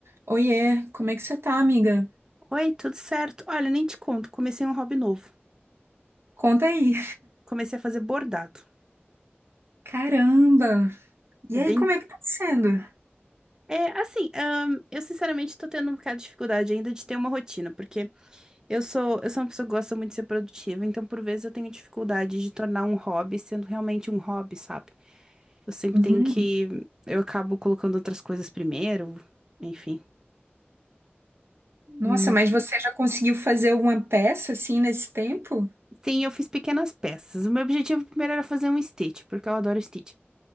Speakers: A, on the right; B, on the right.
A: Oiê, como é que você tá, amiga?
B: Oi, tudo certo? Olha, nem te conto, comecei um hobby novo.
A: Conta aí.
B: Comecei a fazer bordado.
A: Caramba! E
B: É
A: aí,
B: bem.
A: como é que tá sendo?
B: É assim, ahn, eu sinceramente tô tendo um bocado de dificuldade ainda de ter uma rotina, porque eu sou, eu sou uma pessoa que gosta muito de ser produtiva, então por vezes eu tenho dificuldade de tornar um hobby sendo realmente um hobby, sabe? Eu sempre
A: Uhum.
B: tenho que. Eu acabo colocando outras coisas primeiro, enfim. Hum,
A: Nossa, mas você já conseguiu fazer alguma peça assim nesse tempo?
B: Sim, eu fiz pequenas peças. O meu objetivo primeiro era fazer um Stitch, porque eu adoro Stitch.